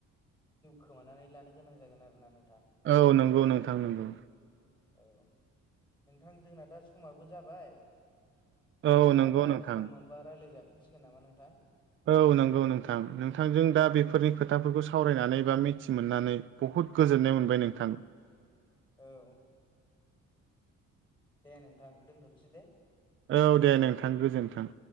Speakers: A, on the left; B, on the right.
A: खोमानानै लानो गोनां जागोन आरोना नोंथां।
B: औ नंगौ नोंथां नंगौ
A: औ नोंथां जोंना दा समाबो जाबाय।
B: औ
A: मालाबा
B: नंगौ नोंथां
A: सम मोनबा रायलाय जाफिनसिगोन नामा नोंथां?
B: औ नंगौ नोंथां नोंथांजों दा बेफोरनि खोथाफोरखौ सावरायनानै बा मिथि मोननानै बुहुद गोजोननाय मोनबाय नोंथां।
A: औ दे नोंथां दोनथ'नोसै दे
B: औ दे नोंथां गोजोनथों।